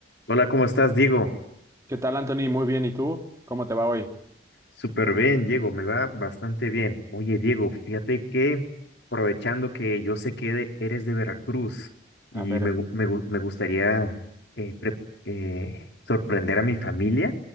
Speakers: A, on the left; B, on the right.
A: Hola, ¿cómo estás, Diego?
B: ¿Qué tal, Anthony? Muy bien. ¿Y tú? ¿Cómo te va hoy?
A: Súper bien, Diego, me va bastante bien. Oye, Diego, fíjate que aprovechando que yo sé que de- eres de Veracruz y
B: A ver,
A: me, gu- me gu- me gustaría eh, pre- eh, sorprender a mi familia,